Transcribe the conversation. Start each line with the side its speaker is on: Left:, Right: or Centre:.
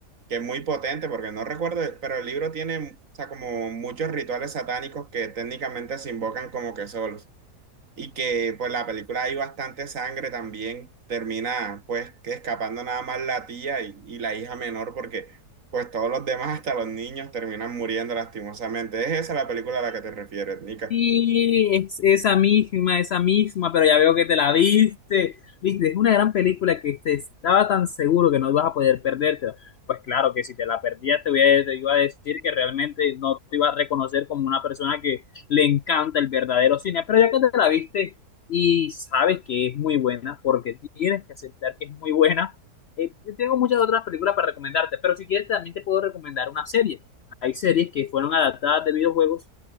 Right: que es muy potente porque no recuerdo, pero el libro tiene, o sea, como muchos rituales satánicos que técnicamente se invocan como que solos. Y que pues la película hay bastante sangre también, termina pues que escapando nada más la tía y, y la hija menor porque pues todos los demás, hasta los niños, terminan muriendo lastimosamente. ¿Es esa la película a la que te refieres, Nica?
Left: Sí, es esa misma, esa misma, pero ya veo que te la viste. Viste, es una gran película que te estaba tan seguro que no ibas a poder perdértela. Pues claro que si te la perdías te, voy a- te iba a decir que realmente no te iba a reconocer como una persona que le encanta el verdadero cine, pero ya que te la viste y sabes que es muy buena, porque tienes que aceptar que es muy buena, eh, yo tengo muchas otras películas para recomendarte, pero si quieres también te puedo recomendar una serie. Hay series que fueron adaptadas de videojuegos